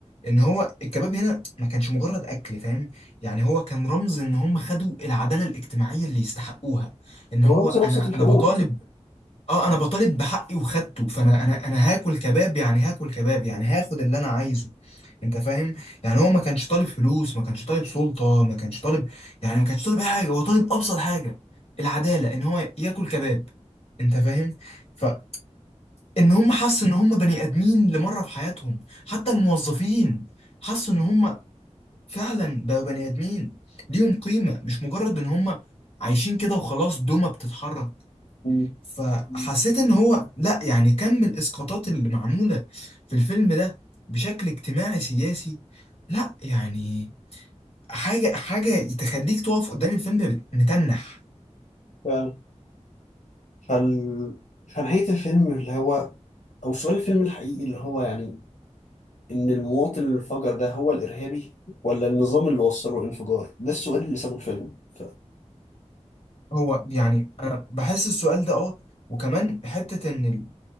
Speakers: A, on the left; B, on the left.
A: ان هو الكباب هنا ما كانش مجرد اكل فاهم يعني هو كان رمز ان هم خدوا العداله الاجتماعيه اللي يستحقوها ان
B: هو
A: هو
B: رمز
A: انا
B: لأبسط الحقوق
A: انا آه. بطالب اه انا بطالب بحقي وخدته فانا انا انا هاكل كباب يعني هاكل كباب يعني هاخد اللي انا عايزه انت فاهم يعني هو ما كانش طالب فلوس ما كانش طالب سلطة ما كانش طالب يعني ما كانش طالب أي حاجة هو طالب ابسط حاجة العدالة ان هو ياكل كباب انت فاهم فان هم حسوا ان هم بني ادمين لمرة في حياتهم حتى الموظفين حسوا ان هم فعلا بقوا بني ادمين ليهم قيمة مش مجرد ان هم عايشين كده وخلاص دومة بتتحرك
B: مم.
A: فحسيت ان هو لا يعني كم من الاسقاطات اللي معموله في الفيلم ده بشكل اجتماعي سياسي لا يعني حاجه حاجه تخليك تقف قدام الفيلم بت- متنح
B: فعلا فال... فنهاية الفيلم اللي هو أو سؤال الفيلم الحقيقي اللي هو يعني إن المواطن اللي انفجر ده هو الإرهابي ولا النظام اللي وصله الانفجار؟ ده السؤال اللي سابه الفيلم ف...
A: هو يعني انا بحس السؤال ده اه وكمان حته ان